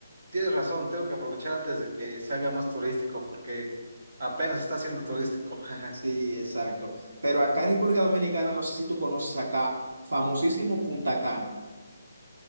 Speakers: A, on the right; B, on the right.
A: tienes razón, tengo que aprovechar antes de que se haga más turístico, porque apenas está siendo turístico. <laughs>
B: Sí, exacto. Pero acá en República Dominicana, no sé si tú conoces acá, famosísimo Punta Cana.